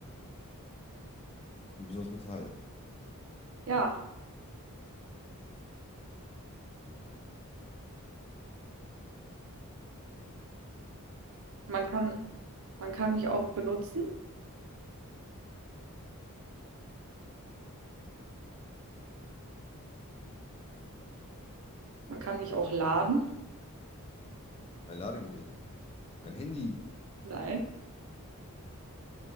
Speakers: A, on the left (about 25°); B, on the right (about 60°).
A: Du bist aus Metall.
B: Ja. Man kann, man kann mich auch benutzen. Man kann mich auch laden.
A: Ein Ladegerät. Ein Handy.
B: Nein.